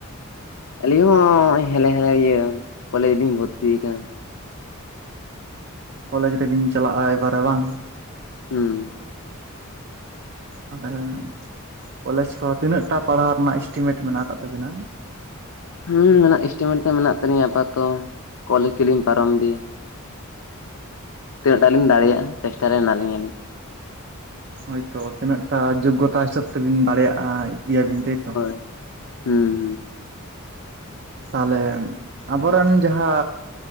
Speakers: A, on the left; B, on the right.
A: ᱟᱹᱞᱤᱧ ᱦᱚ ᱦᱮᱞᱮ ᱦᱮᱞᱮ ᱜᱮ ᱠᱚᱞᱮᱡᱽ ᱨᱮ ᱞᱤᱧ ᱵᱷᱚᱨᱛᱤ ᱟᱠᱟᱱᱟ?
B: ᱠᱚᱞᱮᱡ ᱨᱮᱵᱤᱱ ᱪᱟᱞᱟᱜᱼᱟ ᱮᱵᱟᱨᱮ ᱵᱟᱝ?
A: ᱦᱩᱸ
B: ᱛᱟᱦᱚᱞᱮ ᱠᱚᱞᱮᱡᱽ ᱯᱚᱨ ᱛᱤᱱᱟᱹᱜ ᱴᱟ ᱯᱟᱲᱦᱟᱣ ᱨᱮᱱᱟᱜ ᱤᱥᱴᱤᱢᱮᱴ ᱢᱮᱱᱟᱜ ᱟᱠᱟᱫ ᱛᱟᱵᱤᱱᱟ?
A: ᱦᱩᱸ ᱢᱮᱱᱟᱜ ᱮᱥᱴᱤᱢᱮᱴ ᱫᱚ ᱢᱮᱱᱟᱜ ᱛᱟᱞᱤᱧᱟ ᱟᱯᱟᱛᱚ ᱠᱚᱞᱮᱡ ᱠᱚᱞᱤᱧ ᱯᱟᱨᱚᱢ ᱤᱫᱤᱭᱟ ᱾ ᱛᱤᱱᱟᱹᱜᱼᱴᱟ ᱞᱤᱧ ᱫᱟᱲᱮᱭᱟᱜᱼᱟ ᱪᱮᱥᱴᱟ ᱨᱮ ᱦᱮᱱᱟᱜᱞᱤᱧᱟ ᱟᱹᱞᱤᱧ ᱾
B: ᱦᱳᱭᱛᱚ ᱛᱤᱱᱟᱹᱜ ᱴᱟ ᱡᱳᱜᱚᱛᱟ ᱦᱤᱥᱟᱹᱵ ᱛᱮᱵᱤᱱ ᱫᱟᱲᱮᱭᱟᱜᱼᱟ ᱤᱫᱤᱭᱟᱵᱤᱱ ᱛᱟᱹᱭᱛᱚ?
A: ᱦᱩ ᱾
B: ᱛᱟᱦᱚᱞᱮ ᱟᱵᱚᱨᱮᱱ ᱡᱟᱦᱟ